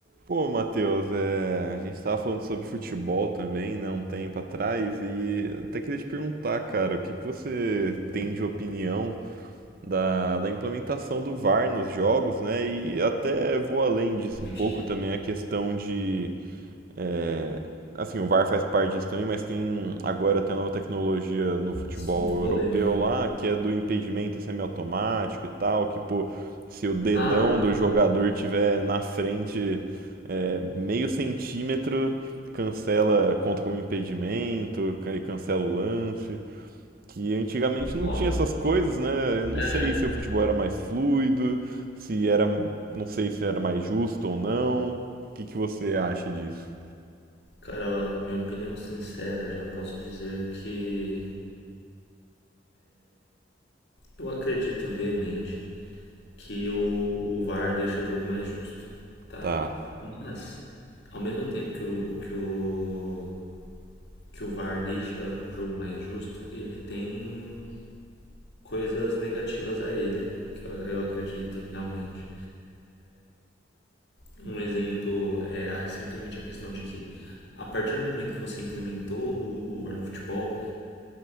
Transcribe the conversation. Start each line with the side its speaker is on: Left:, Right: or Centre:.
Right: Pô, Matheus, é, a gente tava falando sobre futebol também, né, um tempo atrás, e até queria te perguntar, cara, o que que você tem de opinião da, da implementação do VAR nos jogos, né? E até vou além disso um pouco
Left: Ixi,
Right: também a questão de é, assim, o VAR faz parte disso também, mas tem agora tem uma nova tecnologia no futebol
Left: assunto polêmico.
Right: europeu lá,
Left: né?
Right: que é do impedimento semiautomático e tal, que pô, se o dedão
Left: Ah,
Right: do jogador tiver na frente é, meio centímetro, cancela, conta como impedimento, aí cancela o lance. Que antigamente não
Left: ó,
Right: tinha essas coisas, né? Eu não
Left: é.
Right: sei se o futebol era mais fluido, se era, não sei se era mais justo ou não. O que que você acha disso?
Left: Cara, ó, minha opinião sincera, já posso dizer que eu acredito veemente que o, o VAR deixa o jogo mais justo, tá?
Right: Tá.
Left: Mas, ao mesmo tempo que o, o- que o, que o VAR deixa o jogo mais justo, ele tem coisas negativas a ele, que eu, eu acredito realmente. Um exemplo é a- simplesmente a questão de que, a partir do momento que você implementou o, o VAR no futebol,